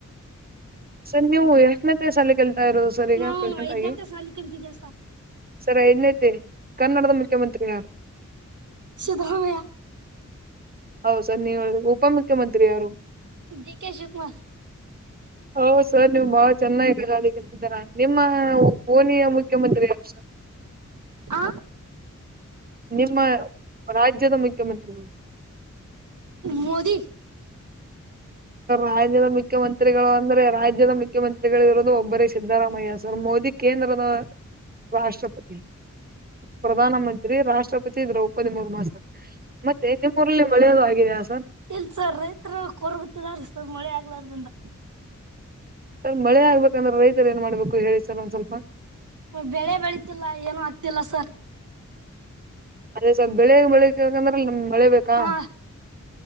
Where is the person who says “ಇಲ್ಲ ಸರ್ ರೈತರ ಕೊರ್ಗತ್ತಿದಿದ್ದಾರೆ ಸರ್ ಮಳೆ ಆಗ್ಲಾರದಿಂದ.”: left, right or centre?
Right